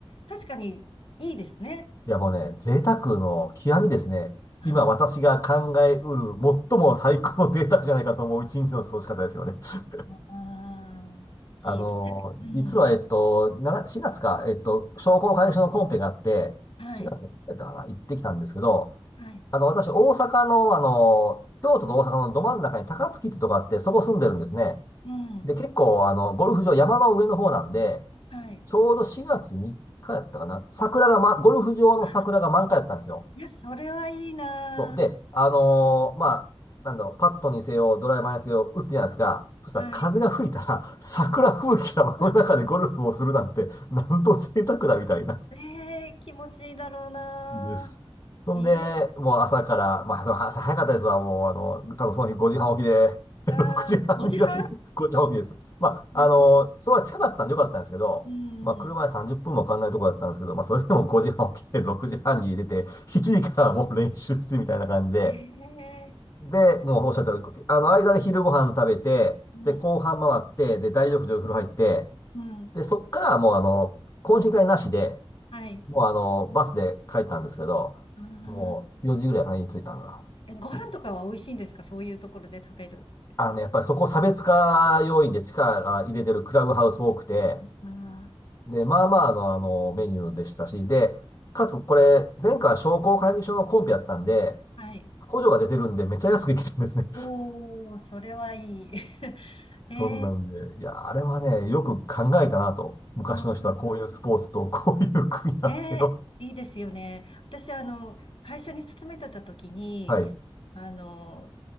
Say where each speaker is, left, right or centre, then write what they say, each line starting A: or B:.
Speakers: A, on the left; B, on the left.
A: 確かにいいですね。
B: いやもうね、贅沢の極みですね。
A: ああ
B: 今私が考えうる最も最高の贅沢じゃないかと思う一日の過ごし方ですよね。<laughs>
A: ああ、
B: あのー、
A: いい。だってうん。
B: 実は、えっと、な4月か、えっと、商工会議所のコンペがあって、
A: はい。
B: 4月だったかな、行ってきたんですけど、
A: はい。
B: あの、私、大阪の、あの、京都と大阪のど真ん中に高槻ってとこあって、そこ住んでるんですね。
A: うん。うん
B: で、結構、あの、ゴルフ場、山の上の方なんで、
A: はい。
B: ちょうど4月3日やったかな。桜が、ま、ゴルフ場の桜が満開だったんですよ。
A: あ、いや、それはいいな。
B: そう。で、あのーまあ、なんだろう、パットにせよ、ドライバーにせよ、打つじゃないですか。そしたら風が吹いたら、
A: はい。
B: 桜吹雪が真ん中でゴルフをするなんて、
A: うんあ
B: なんと贅沢だみたいな。
A: え気持ちいいだろうな。
B: です。そんで、
A: え
B: もう朝から、まあ、その朝早かったですわ。もう、あの、多分その日5時半起きで、<laughs>
A: えあー、
B: 6時半には
A: 5時半
B: <laughs> 5時半起きです。まあ、
A: うん。
B: あの、そば近かったんでよかったんですけど、
A: うん。
B: まあ、車で30分もかかんないところだったんですけど、まあ、それでも5時半起きて、6時半に出て、7時からもう練習してみたいな感じで、
A: ええ
B: で、もうおっしゃったように、あの、間で昼ご飯食べて、
A: うん。
B: で、後半回って、で、大浴場風呂入って、
A: うん。
B: で、そっからもう、あの、懇親会なしで、
A: はい。
B: もうあの、バスで帰ったんですけど、
A: あ
B: もう4時ぐらいかな、
A: あ。
B: 家に着いたのが。
A: え、ご飯とかは美味しいんですかそういうところで食べる。
B: うんあのね、やっぱりそこ差別化要因で力入れてるクラブハウス多くて、
A: あ
B: で、まあまあのあの、メニューでしたし、で、かつこれ、前回は商工会議所のコンペやったんで、
A: あ。はい。
B: 補助が出てるんでめっちゃ安く行きたんですね。<laughs>
A: おー、それはいい。<laughs> え
B: そんなんで、いや、あれはね、よく考えたなと。昔の人はこういうスポーツとこういう組み合わせを。
A: うんねえ、いいですよね。私、あの、会社に勤めてた時に、
B: はい。
A: あの、